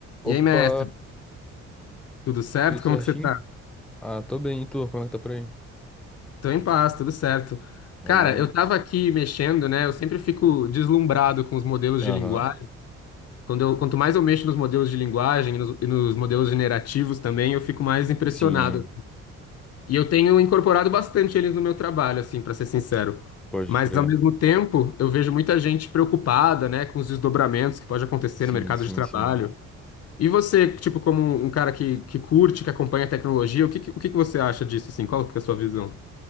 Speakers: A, on the left; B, in the centre.
A: E
B: Opa,
A: aí, mestre, tudo certo?
B: tudo certinho?
A: Como que você tá?
B: Ah, tô bem, e tu? Como é que tá por aí?
A: Tô em paz, tudo certo. Cara,
B: Amém.
A: eu tava aqui mexendo, né? Eu sempre fico deslumbrado com os modelos
B: Aham.
A: de linguagem. Quando eu, quanto mais eu mexo nos modelos de linguagem e nos, e nos modelos generativos também, eu fico mais impressionado.
B: Sim,
A: E eu tenho incorporado bastante eles no meu trabalho, assim, pra ser sincero.
B: pode
A: Mas
B: crer.
A: ao mesmo tempo, eu vejo muita gente preocupada, né, com os desdobramentos que pode acontecer
B: Sim,
A: no mercado
B: sim,
A: de trabalho.
B: sim.
A: E você, tipo, como um cara que, que curte, que acompanha a tecnologia, o que, que- o que que você acha disso, assim? Qual que é a sua visão?